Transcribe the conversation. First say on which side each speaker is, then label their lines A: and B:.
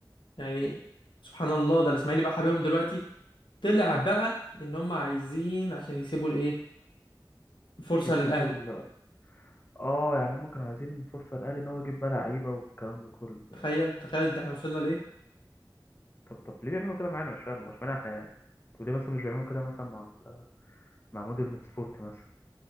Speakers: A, on the left; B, on the left.
A: يعني سبحان الله ده الاسماعيلي بقى حبيبهم دلوقتي طلع بقى ان هم عايزين عشان يسيبوا الايه فرصه
B: يسيبوا
A: للاهلي
B: ال... اه يعني هم كانوا عايزين فرصة للاهلي ان هو يجيب بقى لعيبة والكلام ده كله يعني
A: تخيل تخيل ده احنا وصلنا لايه
B: طب طب ليه بيعملوا كده معانا مش فاهم هو اشمعنى احنا يعني طب ليه مثلا مش بيعملوا كده مثلا مع مع مودرن سبورت مثلا